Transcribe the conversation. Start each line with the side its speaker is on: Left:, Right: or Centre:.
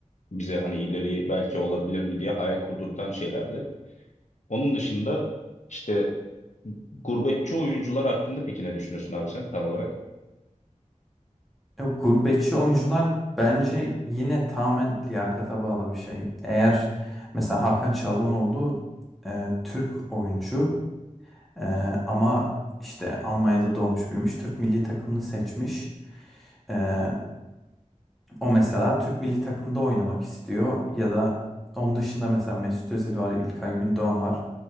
Left: bize hani ileri belki olabilir mi diye hayal kurdurtan şeylerdi. Onun dışında işte gurbetçi oyuncular hakkında peki ne düşünüyorsun abi sen tam olarak?
Centre: E, gurbetçi oyuncular bence yine tamamen liyakata bağlı bir şey. Eğer mesela Hakan Çalhanoğlu e, Türk oyuncu e, ama işte Almanya'da doğmuş büyümüş. Türk milli takımını seçmiş. E, o mesela Türk milli takımda oynamak istiyor. Ya da onun dışında mesela Mesut Özil var, İlkay Gündoğan var.